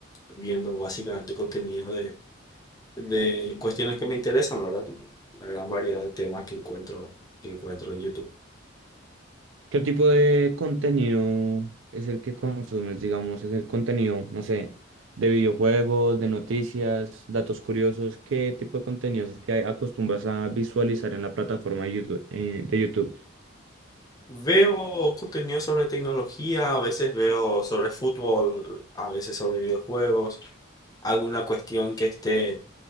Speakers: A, on the left; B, on the right.
A: viendo básicamente contenido de, de cuestiones que me interesan, ¿verdad? La gran variedad de temas que encuentro, que encuentro en YouTube.
B: ¿Qué tipo de contenido es el que consumes? Digamos, es el contenido, no sé, de videojuegos, de noticias, datos curiosos. ¿Qué tipo de contenido es el que acostumbras a visualizar en la plataforma de YouTube? eh, de YouTube?
A: Veo contenido sobre tecnología, a veces veo sobre fútbol, a veces sobre videojuegos, alguna cuestión que esté